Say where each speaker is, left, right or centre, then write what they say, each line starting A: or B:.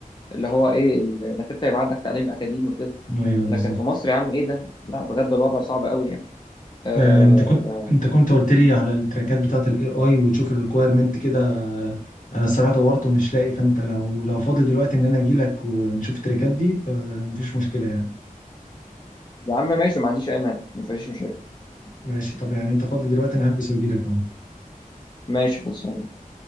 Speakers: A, on the left (about 35°); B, on the left (about 65°).
A: اللي هو ايه ال- انك انت يبقى عندك تعليم اكاديمي وكده
B: ايوه بالظبط
A: لكن في مصر يا عم ايه ده لا بجد الوضع صعب قوي يعني آه
B: آه، انت كنت انت كنت قلت لي على التراكات بتاعت الاي اي وتشوف الريكويرمنت كده آه، انا الصراحه دورت ومش لاقي فانت لو لو فاضي دلوقتي ان انا اجي لك ونشوف التراكات دي فمفيش مشكله يعني
A: يا عم ماشي ما عنديش اي مانع ما فيش مشاكل
B: ماشي طب يعني انت فاضي دلوقتي انا هلبس واجي لك اهو
A: ماشي خلصانه